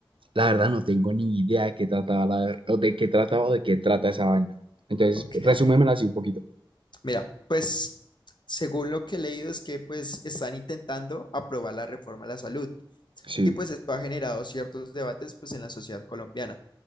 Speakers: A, on the right; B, on the left.
A: la verdad no tengo ni idea de qué trataba la, o de qué trataba o de qué trata esa vaina. Entonces,
B: Ok.
A: resúmemela así un poquito.
B: Mira, pues según lo que he leído es que pues están intentando aprobar la reforma a la salud
A: Sí.
B: y pues esto ha generado ciertos debates pues en la sociedad colombiana.